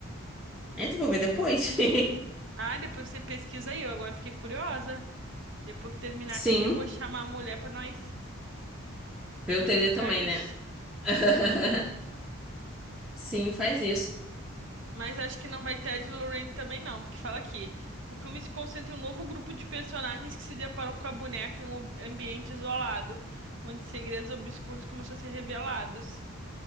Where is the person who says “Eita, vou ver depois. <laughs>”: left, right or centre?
Centre